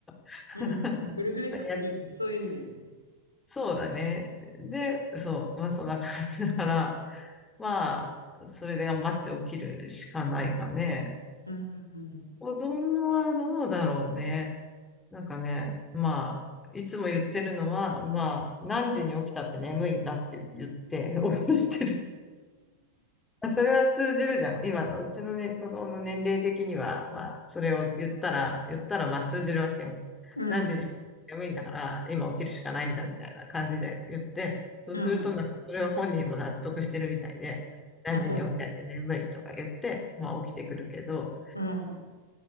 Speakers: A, on the left; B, on the left.
A: <laughs>
B: うんフルフレックスいいね。
A: いや
B: そういう意味で言うとね。
A: そうだね。で、そう、まあそんな感じだから、まあ、それで頑張って起きるしかないかね。
B: うん。うん。
A: 子供はどうだろうね。なんかね、まあ、いつも言ってるのは、まあ、何時に起きたって眠いんだって言って <laughs> 起こしてる。<laughs> あそれは通じるじゃん。今のうちのね、子供の年齢的には、まあ、それを言ったら、言ったら、まあ通じるわけよ。
B: うん。
A: 何時に起きて眠いんだから、今起きるしかないんだ、みたいな感じで言って、そうすると、
B: うん
A: なんか、それは本人も納得してるみたいで、何時に起きたって眠いとか言って、
B: あ、そう。
A: まあ、起きてくるけど、
B: うん。